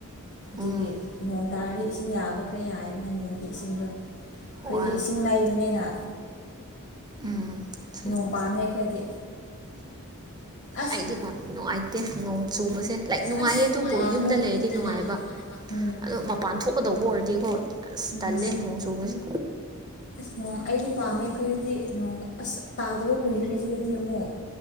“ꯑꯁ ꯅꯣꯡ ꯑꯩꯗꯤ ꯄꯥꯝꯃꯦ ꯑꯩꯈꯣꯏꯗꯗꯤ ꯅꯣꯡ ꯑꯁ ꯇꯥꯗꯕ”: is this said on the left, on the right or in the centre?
Left